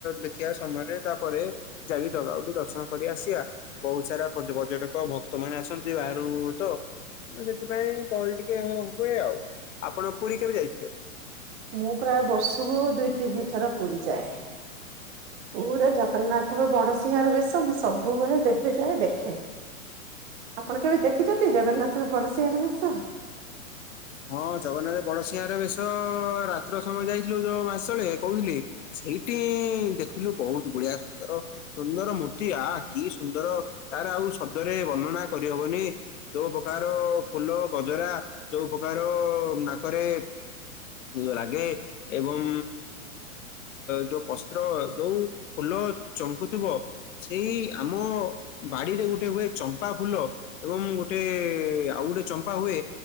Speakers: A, on the left; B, on the right.
A: ଦେଖିବା ସମୟରେ ତାପରେ। ଯାଇକି ଜାଗା କୁ ଟିକେ ଦର୍ଶନ କରି ଆସିବା ବହୁତ ସାରା ପର୍ଯ୍ୟ ପର୍ଯ୍ୟଟକ। ତମାନୋନେ ଆସନ୍ତି ବାହାରୁ ତ। ସେଥିପାଇଁ ଗହଳି ଟିକେ ହୁଏ ଆଉ ଆପଣ ପୁରୀ କେ ବି ଯାଇଥି
B: ମୁଁ ପ୍ରାୟ ବର୍ଷକୁ ଦୁଇ ତିନି ଥର ପୁରୀ ଯାଏ ପୁରା ଜଗନ୍ନାଥଙ୍କ ବଡ଼ସିଂହାର ବେଶ ମୁଁ ସବୁବେଳେ ଯେବେ ଯାଏ ଦେଖେ। ଆପଣ କେବେ ଦେଖିଛନ୍ତି ଜଗନ୍ନାଥଙ୍କବଡ଼ସିଂହାର ବେଶ।
A: ହଁ ଜଗନ୍ନାଥ ବଡସିଂହର ବେଶ ରାତ୍ର ସମୟ ଯାଇଥିଲୁ ଯୋଉ ମାସ ତଳେ କହୁଥିଲି। ସେଇଠି ଦେଖିଲୁ ବହୁତ ବୁଢିଆ ସୁନ୍ଦର। ସୁନ୍ଦର ମୂର୍ତ୍ତି ଆ କି ସୁନ୍ଦର ତାର ଆଉ ଶବ୍ଦରେ ବର୍ଣ୍ଣନା କରିହବନି। ଯୋଉ ପ୍ରକାର ଫୁଲ ଗଜରା ଯୋଉ ପ୍ରକାର ନାକରେ। <unintelligible> ରାଗେ ଏବଂ। ଯୋଉ ପସ୍ତ୍ର ଯୋଉ ଫୁଲ ଚମ୍ଙ୍କୁଥିବ। ସେଇ ଆମ ବାଡିରେ ଗୋଟେ ହୁଏ ଚମ୍ପା ଫୁଲ। ଏବଂ ଗୋଟେ ଆଉ ଗୋଟେ ଚମ୍ପା ହୁଏ